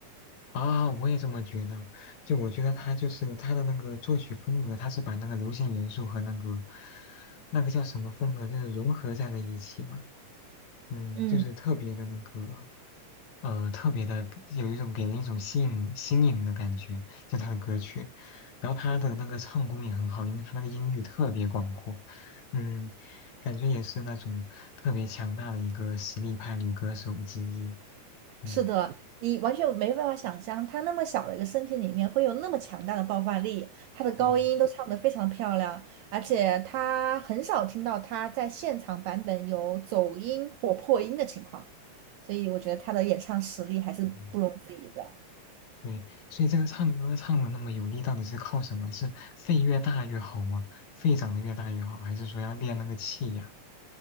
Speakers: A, on the left; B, on the right.
A: 啊，我也这么觉得。就我觉得他就是他的那个作曲风格，他是把那个流行元素和那个那个叫什么风格，就是融合在了一起吧。嗯，
B: 嗯。
A: 就是特别的那个，呃，特别的有一种给人一种吸引新颖的感觉，就他的歌曲。然后他的那个唱功也很好，因为他那个音域特别广阔，嗯，感觉也是那种特别强大的一个实力派女歌手之一。嗯
B: 是的，你完全没办法想象，他那么小的一个身体里面会有那么强大的爆发力，他的高音都唱得非常漂亮，
A: 嗯
B: 而且他很少听到他在现场版本有走音或破音的情况，所以我觉得他的演唱实力还是不容置疑的。
A: 嗯，对，所以这个唱歌唱的那么有力，到底是靠什么？是肺越大越好吗？肺长得越大越好，还是说要练那个气呀？